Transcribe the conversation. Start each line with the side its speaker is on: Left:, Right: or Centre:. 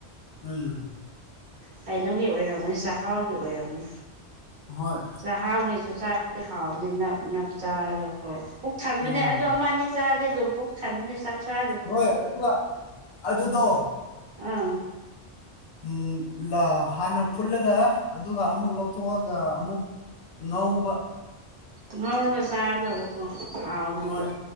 Left: ꯎꯝ
Right: ꯀꯩꯅꯣꯒꯤ ꯑꯣꯏꯔꯝꯒꯨꯅꯤ ꯆꯥꯛꯍꯥꯎꯒꯤ ꯑꯣꯏꯔꯝꯒꯅꯤ
Left: ꯍꯣꯏ
Right: ꯍꯥꯎꯒꯤ ꯆꯨꯖꯥꯛꯇꯤ ꯍꯥꯎꯕꯥꯅꯤ ꯅꯞ ꯅꯞ ꯆꯥꯔꯒ ꯊꯟꯕꯅꯦ
Left: ꯎꯝ
Right: ꯑꯗꯣ ꯑꯃ ꯑꯅꯤ ꯆꯥꯔꯗꯤ ꯑꯗꯨꯝ ꯄꯨꯛ ꯊꯝꯕꯅꯦ ꯆꯥꯛ ꯆꯥ
Left: ꯍꯣꯏ ꯑꯗꯨꯒ ꯑꯗꯨꯗꯣ
Right: ꯑꯪ
Left: ꯎꯝ ꯍꯥꯟꯅ ꯐꯨꯠꯂꯒ ꯑꯗꯨ ꯑꯃꯨꯛ ꯂꯧꯊꯣꯛꯑꯒ ꯑꯃꯨꯛ ꯉꯧꯕ
Right: ꯉꯧꯔꯒ ꯆꯥꯔꯗꯕꯀꯣ ꯍꯥꯎꯕꯅꯦ
Left: ꯍꯣꯏ